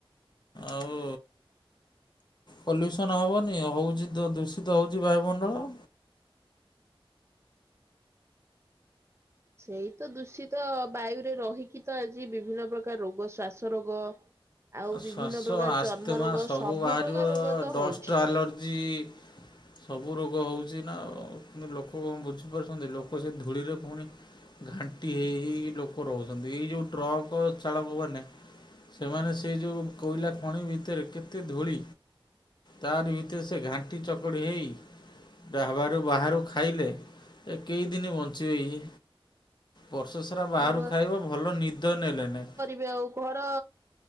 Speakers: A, on the left; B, on the right.
A: ଆଉ। ପଲ୍ୟୁସନ୍ ହବନି ହେଉଛି ଦୁ ଦୂଷିତ ହେଉଛି ବାୟୁମଣ୍ଡଳ।
B: ସେଇ ତ ଦୂଷିତ ବାୟୁରେ ରହିକି ତ ଆଜି ବିଭିନ୍ନ ପ୍ରକାର ରୋଗ, ଶ୍ଵାସ ରୋଗ। ଆଉ
A: ଶ୍ୱାସ
B: ବିଭିନ୍ନ ପ୍ରକାର
A: ଆସ୍ଥମା
B: ଚର୍ମ ରୋଗ
A: ସବୁ ବାହାରିବ।
B: ପ୍ରକାର ରୋଗ ତ
A: Dust
B: ହଉଛି।
A: allergy. ସବୁ ରୋଗ ହଉଛି ନା କିନ୍ତୁ ଲୋକ କଣ ବୁଝିପାରୁଛନ୍ତି। ଲୋକ ସେ ଧୂଳିରେ ପୁଣି ଘାଣ୍ଟି ହେଇ ହେଇ ଲୋକ ରହୁଛନ୍ତି। ଏଇ ଯୋଉ ଟ୍ରକ ଚାଳକ ମାନେ ସେମାନେ ସେ ଯେଉଁ କୋଇଲା ଖଣି ଭିତରେ କେତେ ଧୂଳି। ତାରି ଭିତରେ ସେ ଘାଣ୍ଟି ଚକଡ଼ି ହୋଇ ଢାବାରୁ ବାହାରୁ ଖାଇଲେ। ଏ କେଇ ଦିନି ବନ୍ଚିବେ ଇଏ। ବର୍ଷ ସାରା ବାହାରୁ
B: ହଁ
A: ଖାଇବା ଭଲ ନିଦ ନେଲେନେ।
B: ବେ ଆଉ ଘର